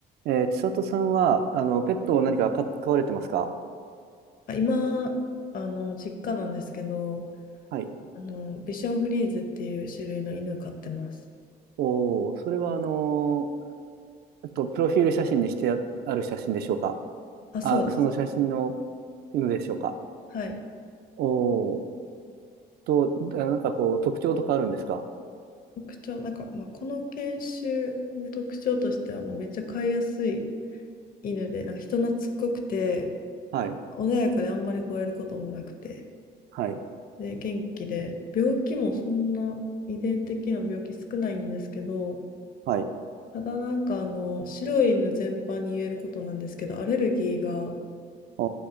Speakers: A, on the right; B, on the left.
A: えー、千里さんは、あの、ペットを何か飼飼われてますか
B: あ今、あの、実家なんですけど、
A: はい。
B: あの、ビションフリーゼっていう種類の犬飼ってます。
A: おー、それはあのーえっと、プロフィール写真にしてあ、ある写真でしょうか
B: あ、
A: あ、
B: そうです。
A: その写真の犬でしょうか
B: はい。
A: おー、と、あなんかこう、特徴とかあるんですか
B: 特徴、なんか、まあ、この犬種の特徴としては、もうめっちゃ飼いやすい犬で、なんか人懐っこくて、
A: はい、
B: 穏やかであんまり吠えることもなくて、
A: はい、
B: で、元気で、病気もそんな遺伝的な病気少ないんですけど、
A: はい。
B: ただなんかあの、白い犬全般に言えることなんですけど、アレルギーが
A: お